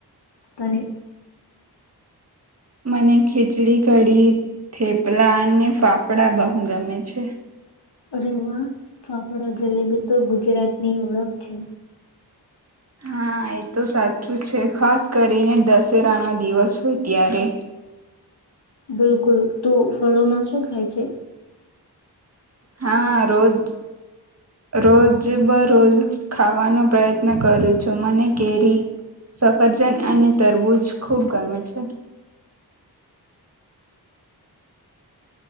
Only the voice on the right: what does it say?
મને ખીચડી કડી થેપલા અને ફાફડા બહુ ગમે છે.
હા એ તો સાચું છે ખાસ કરીને દશેરાનો દિવસ હોય ત્યારે
હા રોજ રોજ બરોજ ખાવાનો પ્રયત્ન કરું છું મને કેરી સફરજન અને તરબૂજ ખૂબ ગમે છે.